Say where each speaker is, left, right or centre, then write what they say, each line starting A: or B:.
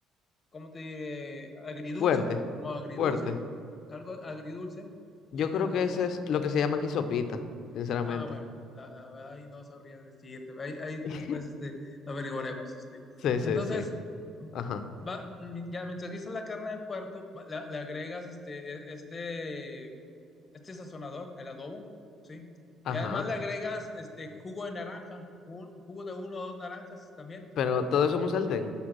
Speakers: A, on the left; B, on the left.
A: ¿cómo te diré? Agridulce,
B: Fuerte.
A: como agridulce,
B: Fuerte.
A: algo agridulce,
B: Yo
A: sí,
B: creo
A: algo
B: que
A: fue.
B: eso es lo que se llama aquí sopita, sinceramente.
A: Ah, bueno, la- la verdad ahí no sabría decirte, ahí, ahí después
B: <laughs>
A: este, lo averiguaremos. Este.
B: Sí, sí,
A: Entonces,
B: sí. Ajá,
A: va- ya mientras guisas la carne de puerco, va- la- le agregas este, e- este, este sazonador, el adobo, ¿sí?
B: ajá.
A: Y además le agregas este jugo de naranja, un jugo de uno o dos naranjas también
B: Pero todo eso es un sartén.